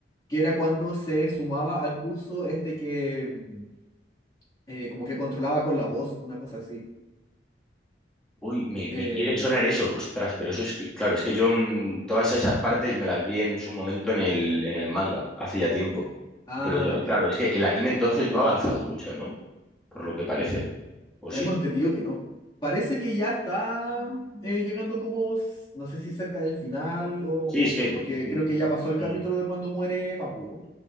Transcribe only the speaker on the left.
que era cuando se sumaba al curso este que mm, eh, como que controlaba con la voz, una cosa así.
Eh,
ah,
ya.
Tengo
entendido que no. Parece que ya está eh, llegando como, s- no sé si cerca del final o,
o
qué,
porque
creo que ya pasó el capítulo
de cuando muere Bakugo.